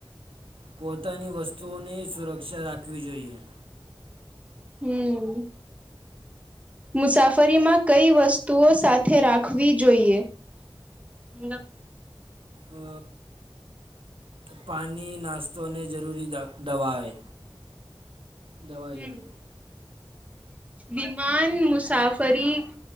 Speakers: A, on the right; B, on the right.
A: પોતાની વસ્તુઓની સુરક્ષા રાખવી જોઈએ.
B: હમ. મુસાફરીમાં કઈ વસ્તુઓ સાથે રાખવી જોઈએ? ન
A: અ. પાણી, નાસ્તોને જરૂરી દવાએ. દવાયા
B: હમ. વિમાન મુસાફરી